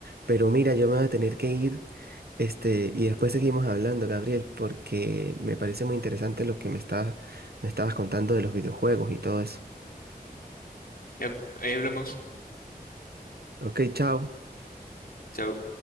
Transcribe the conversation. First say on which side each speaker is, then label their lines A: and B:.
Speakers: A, on the right (about 80°); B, on the left (about 65°).
A: Pero mira, yo me voy a tener que ir, este, y después seguimos hablando, Gabriel, porque me parece muy interesante lo que me estabas, me estabas contando de los videojuegos y todo eso.
B: Ya, ahí hablamos.
A: Ok, chao.
B: Chao.